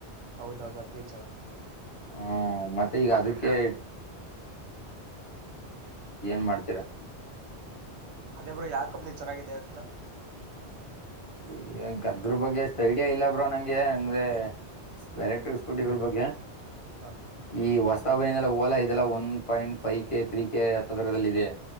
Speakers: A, on the right; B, on the left.
A: ಹೌದೌದು ಅದ್ಲಜತ್ತ
B: ಹ್ಮ್ ಮತ್ತೆ ಈಗ
A: ಹನ್
B: ಅದಕ್ಕೆ
A: ಮಾಡ <inaudible>
B: ಏನ್ ಮಾಡ್ತೀರಾ
A: ಅದೇ ಬರ ಯಾವ ಕಂಪ್ನಿ ಚೆನ್ನಾಗಿದೆ ಅಂತ
B: ಈ ಗದ್ರ ಬಗ್ಗೆ ಎಷ್ಟು ಐಡಿಯಾ ಇಲ್ಲ ಬ್ರೋ ನಂಗೆ ಅಂದ್ರೆ ಎಲೆಕ್ಟ್ರಿಕ್ ಸ್ಕೂಟಿಗಳ ಬಗ್ಗೆ
A: ಹಾ
B: ಈ ವಸ ಓಲಾದೆಲ್ಲ one point five K three K ಹರದಲ್ಲಿ ಇದೆ